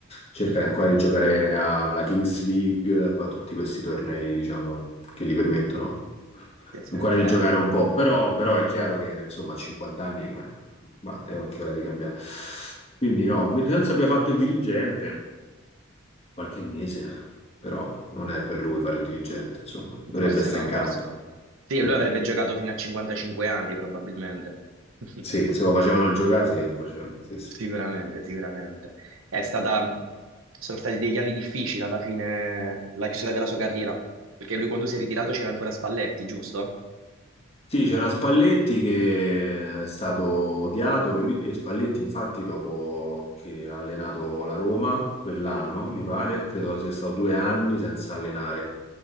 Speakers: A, on the left (about 30°); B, on the right (about 80°).
A: cerca
B: <laughs>
A: ancora di giocare alla Kings League, fa tutti questi tornei, diciamo, che gli permettono
B: Sì, sì,
A: ancora di
B: eh,
A: giocare un po', però, però è chiaro che insomma a 50 anni eh, bah, è anche ora di cambiare. Quindi no, senza abbia fatto il dirigente qualche mese, però non è per lui fare il dirigente, insomma, dovrebbe
B: forse
A: stare
B: no,
A: in campo.
B: forse no. Sì,
A: Eh,
B: lui
A: no.
B: avrebbe giocato fino a 55 anni probabilmente. <laughs>
A: Sì, se lo facevano giocare, sì, lo facevano. Sì, sì.
B: Sicuramente, sicuramente. È stata, sono stati degli anni difficili alla fine, la chiusura della sua carriera, perché lui quando si è ritirato c'era ancora Spalletti, giusto?
A: Sì, c'era Spalletti che è stato odiato e, lui- e Spalletti infatti dopo che ha allenato la Roma quell'anno, mi pare, credo sia stato due anni senza allenare,